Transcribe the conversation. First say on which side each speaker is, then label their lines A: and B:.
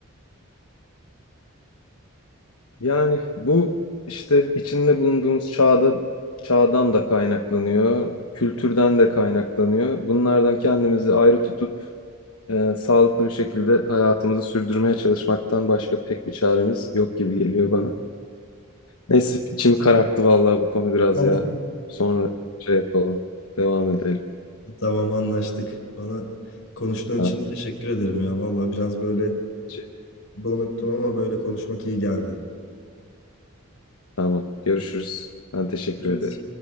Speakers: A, on the left; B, on the left.
A: Yani bu işte içinde bulunduğumuz çağda, çağdan da kaynaklanıyor, kültürden de kaynaklanıyor. Bunlardan kendimizi ayrı tutup e, sağlıklı bir şekilde hayatımızı sürdürmeye çalışmaktan başka pek bir çaremiz yok gibi geliyor bana. Neyse içimi kararttı vallahi bu konu biraz
B: <laughs>
A: ya. Sonra şey yapalım. Devam edelim.
B: Tamam anlaştık. Bana konuştuğun
A: Tamam.
B: için teşekkür ederim ya. Vallahi biraz böyle
A: Şey-
B: donuktum ama böyle konuşmak iyi geldi.
A: tamam. Görüşürüz. Ben teşekkür
B: Evet.
A: ederim.